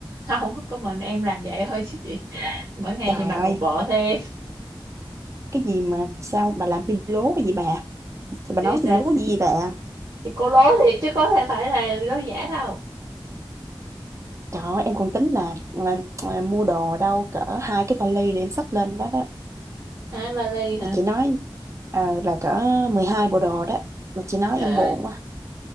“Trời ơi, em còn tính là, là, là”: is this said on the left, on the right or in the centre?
Right